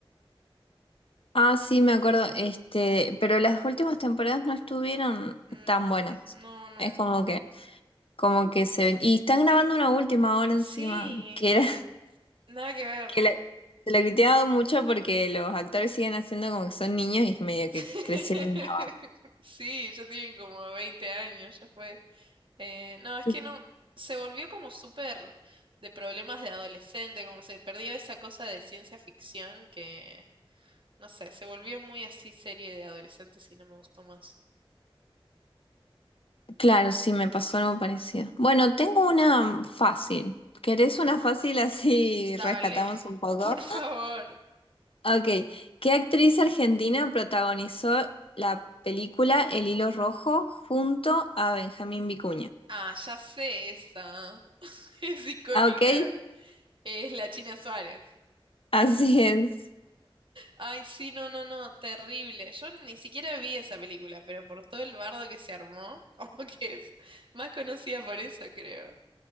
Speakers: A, on the left; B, on the right.
A: Ah, sí, me acuerdo. Este, pero las últimas temporadas no estuvieron
B: Mm,
A: tan buenas.
B: no, no,
A: Es
B: no.
A: como que, como que se ven. Y están grabando una última ahora encima,
B: Sí,
A: que era, <laughs>
B: nada que ver.
A: que la, se la criticaba mucho porque los actores siguen haciendo como que son niños y medio
B: <laughs>
A: que crecieron una
B: Sí, ya tienen como 20 años, ya fue. Eh, no, es
A: banda.
B: que no, se volvió como súper de problemas de adolescente, como se perdió esa cosa de ciencia ficción que No sé, se volvió muy así serie de adolescentes y no me gustó más.
A: Claro, sí, me pasó algo parecido. Bueno, tengo una fácil. ¿Querés una fácil <laughs> así
B: Dale,
A: rescatamos un
B: <laughs>
A: poco?
B: por favor.
A: Ok, ¿qué actriz argentina protagonizó la película El Hilo Rojo junto a Benjamín Vicuña?
B: Ah, ya sé esa. <laughs> Es icónica.
A: Ah, Ok,
B: Es la China Suárez.
A: así es.
B: Ay, sí, no, no, no, terrible. Yo ni siquiera vi esa película, pero por todo el bardo que se armó, <laughs> como que es más conocida por eso, creo.